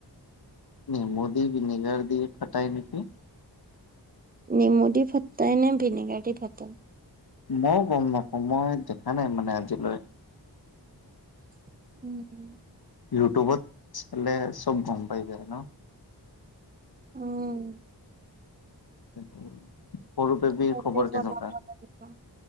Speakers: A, on the left (about 60°); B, on the right (about 20°).
A: নেমু দি ভিনেগাৰ দি ফাটাই নেকি?
B: নেমু দি ফাতাই নে, ভিনেগাৰ দি ফাতাই।
A: মইয়ো গম নাপাওঁ, মই দেখা নাই মানে আজিলৈ
B: উম্।
A: ইউটিউবত চালে, চব গম পাই যায় ন।
B: উম্।
A: তাকে, সৰু বেবীৰ
B: কাইলে
A: খবৰ
B: বনাব
A: কেনেকুৱা?
B: লাগিব।